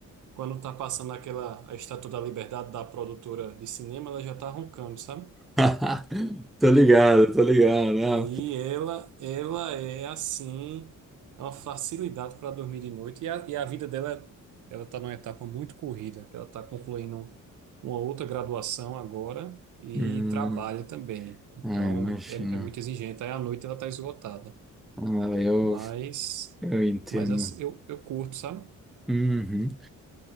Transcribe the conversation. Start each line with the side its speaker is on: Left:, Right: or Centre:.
Right: quando tá passando aquela a Estátua da Liberdade da produtora de cinema, ela já tá roncando, sabe?
Centre: <laughs> Tô ligado, tô ligado.
Right: Aí
Centre: Ah,
Right: ela, ela é assim, é uma facilidade para dormir de noite. E a, e a vida dela, ela está numa etapa muito corrida, que ela está concluindo uma outra graduação agora e
Centre: hum,
Right: trabalha também. Então,
Centre: ah, imagina.
Right: é, é muito exigente. Aí à noite ela está esgotada.
Centre: Ah, eu,
Right: Mas,
Centre: eu entendo.
Right: mas assim, eu, eu curto, sabe?
Centre: Uhum.